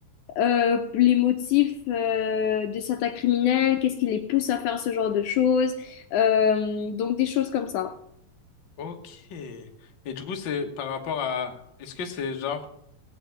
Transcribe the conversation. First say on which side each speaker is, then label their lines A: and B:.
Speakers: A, on the left; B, on the left.
A: euh, les motifs euh, de certains criminels qu'est-ce qui les pousse à faire ce genre de choses euh, donc des choses comme ça
B: Ok. Et du coup, c'est par rapport à... Est-ce que c'est genre...